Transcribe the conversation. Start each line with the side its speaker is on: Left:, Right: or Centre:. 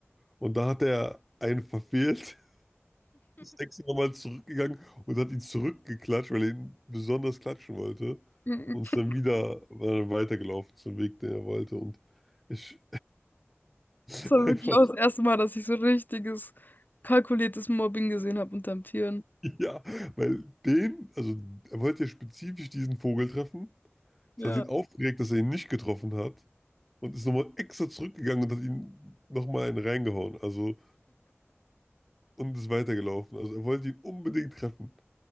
Centre: und da hat er einen verfehlt ist extra nochmal zurückgegangen und hat ihn zurückgeklatscht, weil er ihn besonders klatschen wollte.
Left: <laughs>
Centre: Und ist dann wieder äh, weitergelaufen zum Weg, den er wollte. Und ich <laughs>
Left: Das war
Centre: einfach,
Left: wirklich auch das erste Mal, dass ich so richtiges, kalkuliertes Mobbing gesehen habe unterm Tieren.
Centre: ja, weil den, also er wollte ja spezifisch diesen Vogel treffen.
Left: Ja,
Centre: Das hat ihn aufgeregt, dass er ihn nicht getroffen hat. Und ist nochmal extra zurückgegangen und hat ihn nochmal einen reingehauen. Also, und ist weitergelaufen. Also er wollte ihn unbedingt treffen.